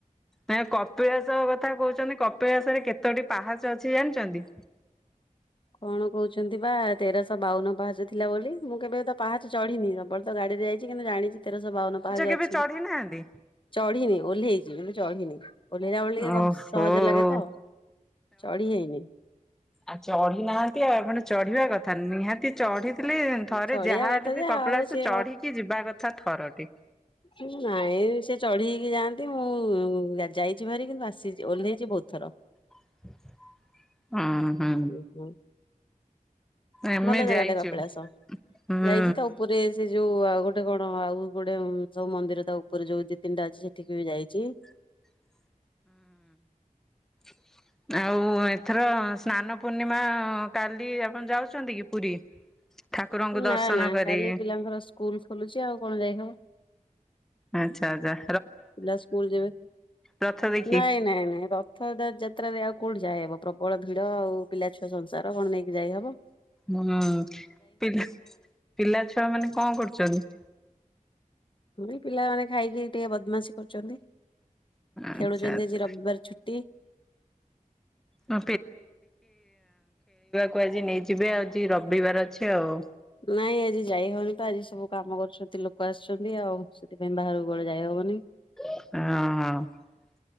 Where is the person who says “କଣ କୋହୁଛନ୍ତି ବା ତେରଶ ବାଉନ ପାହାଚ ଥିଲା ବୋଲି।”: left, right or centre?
Left